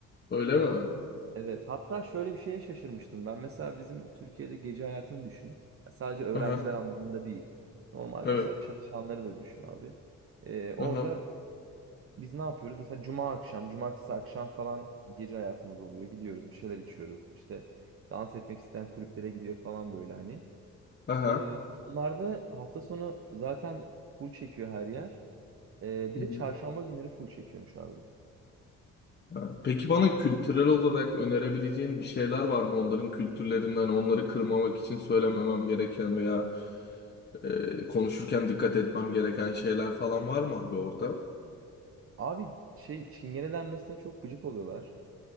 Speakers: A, on the left (about 35°); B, on the right (about 45°).
A: Öyle mi?
B: Evet hatta şöyle bir şeye şaşırmıştım. Ben mesela bizim Türkiye'de gece hayatını düşün. Ya Sadece öğrenciler
A: Aha.
B: anlamında değil. Normal
A: Evet.
B: mesela çalışanları da düşün abi. Ee, orada
A: Aha.
B: Biz ne yapıyoruz? Mesela cuma akşam, cumartesi akşam falan gece hayatımız oluyor. Gidiyoruz, bir şeyler içiyoruz. İşte dans etmek isteyen kulüplere gidiyor falan böyle hani.
A: Aha.
B: Ee, onlar da hafta sonu zaten full çekiyor her yer. Ee, bir
A: Hı hı.
B: de çarşamba günleri full çekiyormuş abi.
A: Ha. Peki bana kültürel olarak önerebileceğin bir şeyler var mı? Onların kültürlerinden onları kırmamak için söylememem gereken veya Ee, konuşurken dikkat etmem gereken şeyler falan var mı abi orada?
B: Abi şey Çingene denmesine çok gıcık oluyorlar.